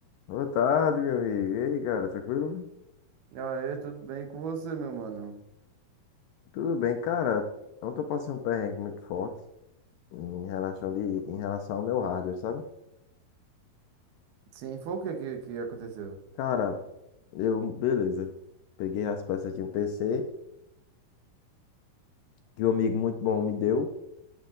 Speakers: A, on the left (about 75°); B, on the right (about 75°).
A: Boa tarde, meu amigo. E aí, cara, tranquilo?
B: Aê, tudo bem com você, meu mano?
A: Tudo bem, cara. Ontem eu passei um perrengue muito forte em relação, de, em relação ao meu hardware, sabe?
B: Sim, foi o que que, que aconteceu?
A: Cara, eu, beleza. Peguei as peças de um PC que um amigo muito bom me deu.